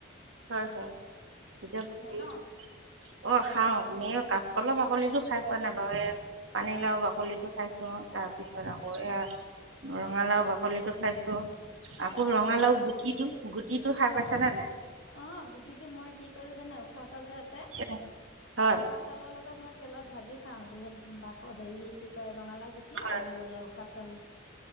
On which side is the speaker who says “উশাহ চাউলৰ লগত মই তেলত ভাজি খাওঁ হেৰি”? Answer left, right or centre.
Left